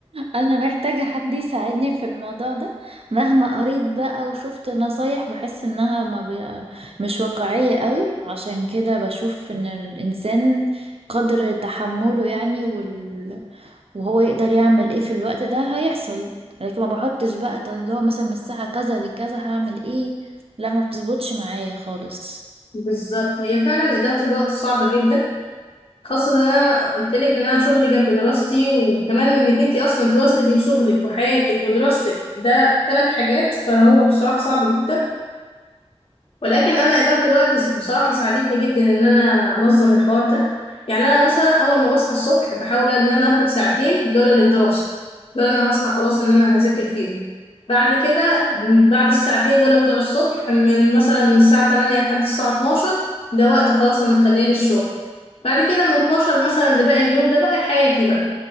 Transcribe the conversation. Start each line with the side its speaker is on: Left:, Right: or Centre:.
Right: انا محتاجة حد يساعدني في الموضوع ده مهما قريت بقى وشفت نصايح بحس انها ما ب... مش واقعية قوي عشان كده بشوف ان الانسان قدر تحمله يعني وال... وهو يقدر يعمل ايه في الوقت ده هيحصل لكن ما بحطش بقى طب اللي هو مثلا من الساعة كذا لكذا هعمل ايه لا ما بتظبطش معايا خالص
Left: بالظبط هي فعلا إدارة الوقت صعبة جدا خاصة إن أنا قلت لك إن أنا شغلي جنب دراستي وكمان إنك أنت أصلا توازني بين شغلك وحياتك ودراستك ده ثلاث حاجات فهو بصراحة صعب جدا ولكن انا اداره الوقت بصراحه ساعدتني جدا ان انا انظم الحوار ده يعني انا مثلا اول ما بصحى الصبح بحاول ان انا اخد ساعتين دول للدراسه دول انا هصحى خلاص ان انا هذاكر فيهم بعد كده بعد الساعتين دول بتوع الصبح من مثلا من الساعه 8 لحد الساعه 12 ده وقت خلاص انا مخليه للشغل بعد كده من 12 مثلا لباقي اليوم ده بقى حياتي بقى